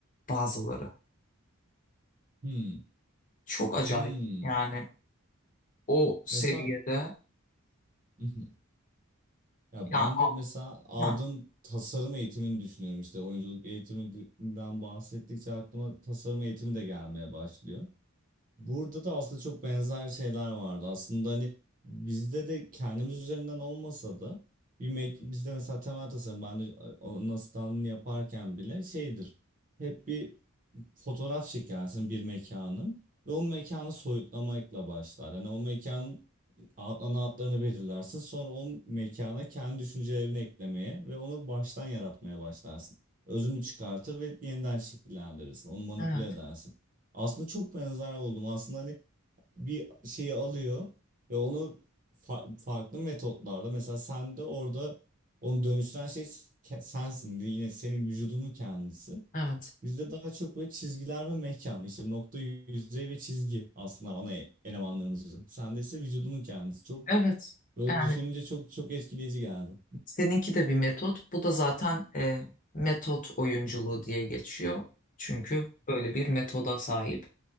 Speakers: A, on the left (about 40°); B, on the right (about 40°).
A: bazıları.
B: Hmm.
A: Çok acayip
B: Hmm.
A: yani o seviyede.
B: Mesela Hı hı. Ya
A: Ya,
B: ben
A: a-
B: de mesela aldığım
A: ha,
B: tasarım eğitimini düşünüyorum işte oyunculuk eğitiminden bahsettikçe aklıma tasarım eğitimi de gelmeye başlıyor. Burada da aslında çok benzer şeyler vardı. Aslında hani bizde de kendimiz üzerinden olmasa da bir mek- bizde mesela temel tasarım ben de onun asistanlığını yaparken bile şeydir. Hep bir fotoğraf çekersin bir mekanın ve o mekanı soyutlamakla başlar. Hani o mekan Outline outlarını belirlersin. Sonra o mekana kendi düşüncelerini eklemeye ve onu baştan yaratmaya başlarsın. Özünü çıkartır ve yeniden şekillendirirsin. Onu manipüle
A: evet,
B: edersin. Aslında çok benzer oldum. Aslında hani bir şeyi alıyor ve onu fa- farklı metotlarla mesela sen de orada onu dönüştüren şey ke- sensin. Yine senin vücudunun kendisi.
A: evet,
B: Bizde daha çok böyle çizgiler ve mekan, işte nokta yüzey ve çizgi aslında ana e-, elemanlarımız bizim. Sende ise vücudunun kendisi. Çok
A: evet.
B: Böyle
A: Yani
B: düşününce çok çok etkileyici geldi.
A: seninki de bir metot. Bu da zaten e, metot oyunculuğu diye geçiyor. Çünkü böyle bir metoda sahip.